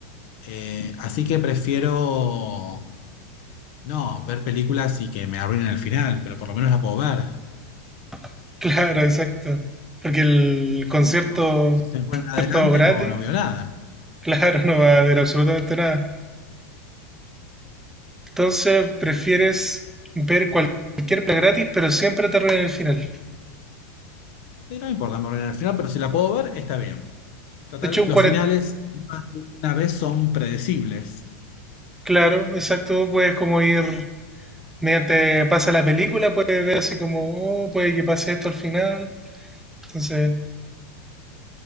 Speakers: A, on the left (about 55°); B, in the centre.
A: Eh, así que prefiero no ver películas y que me arruinen el final, pero por lo menos la puedo ver.
B: <laughs> claro, exacto. Porque el concierto,
A: Porque un show, si se me ponen adelante
B: es todo gratis.
A: no, no veo nada.
B: <laughs> Claro, no va a haber absolutamente nada. Entonces, prefieres ver cualquier plan gratis, pero siempre te arruinan el final.
A: Sí, no me importa, me arruinan el final, pero si la puedo ver, está bien. Total,
B: De hecho, un
A: los
B: 40.
A: finales más de una vez son predecibles,
B: claro, exacto, puedes como ir, mediante pasa la película, puedes ver así como, oh, puede que pase esto al final. Entonces,